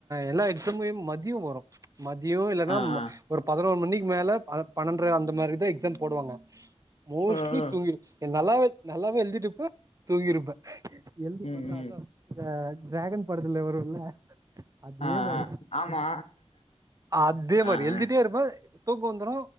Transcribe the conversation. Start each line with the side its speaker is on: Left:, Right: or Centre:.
Right: எல்லா எக்ஸாம்யும் மதியோ வரு மதியோ இல்லன்னா
Left: ஆ ஆ
Right: ஒரு பதனோரு மணிக்கு மேல பன்னென்ர அந்த மாரி தா எக்ஸாம் போடுவாங்க மோஸ்ட்லி
Left: ஆ ஆ
Right: நல்லாவே நல்லாவே எழுதிட்டுப்பே தூங்கிருப்ப எழ்ந்து
Left: ம்
Right: பாத்தா
Left: ம்
Right: அதா ஆ ட்ராகன் படத்துல வருல்ல அதே
Left: ஆ
Right: மாரி
Left: ஆ ஆமா
Right: அதே மாரி
Left: ஆ
Right: எழுதிட்டே
Left: ஆ
Right: இருப்பே தூக்கோ வந்துரு